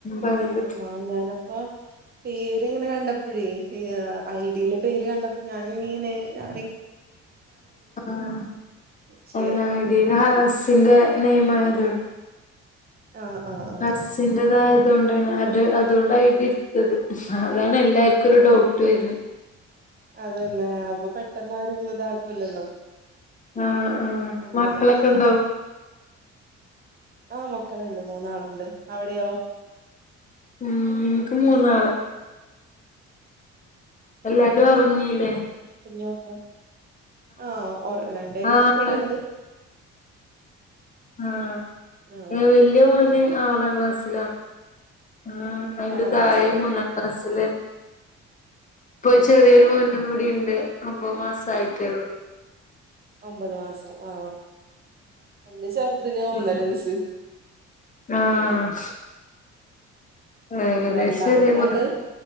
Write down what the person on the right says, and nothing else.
ആ ഞാനപ്പാ പേര്ങ്ങനെ കണ്ടപ്പോഴേ ഐ ഡിയിലെ പേര് കണ്ടപ്പോ ഞാന ഇനിങ്ങനെ ആ
പക്ഷെ ആഹ് ആഹ് ആഹ്
അതന്നെ അപ്പൊ പെട്ടെന്ന് ആരും ഇതാക്കൂല്ലല്ലോ
അങ്ങനെ
ആ മക്കളുണ്ട് മൂന്നാളുണ്ട് അവിടെയോ
ഞ്ഞോക്കണം ആഹഓ രണ്ടെര്
ഇവിടെണ്ട്
ആഹ്
ആറാം
ക്ലാസ്സില്
ആഹ്
ഒമ്പത് മാസം ആ എന്ടെ ചെറുതിന് ഒന്നര
വയസ്
രണ്ടാമത്ത
ആള്